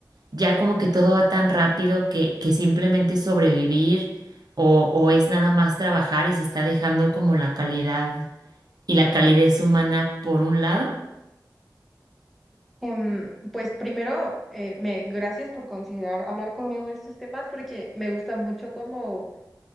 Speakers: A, on the right; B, in the centre.
A: ya como que todo va tan rápido que, que simplemente es sobrevivir o, o es nada más trabajar y se está dejando como la calidad y la calidez humana por un lado?
B: Em, pues primero, eh, me, gracias por considerar hablar conmigo de estos temas porque me gusta mucho como,